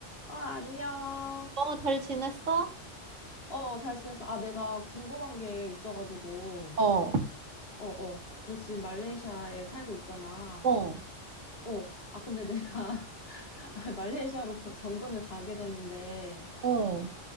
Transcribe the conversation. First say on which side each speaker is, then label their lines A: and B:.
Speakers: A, on the left; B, on the right.
A: 아, 안녕.
B: 어, 잘 지냈어?
A: 어, 어, 잘 지냈어. 아, 내가 궁금한 게 있어가지고.
B: 어,
A: 어, 어. 너 지금 말레이시아에 살고 있잖아.
B: 어.
A: 어, 아, 근데 내가 <laughs> 아, 말레이시아로 거- 정근을 가게 되는데,
B: 어,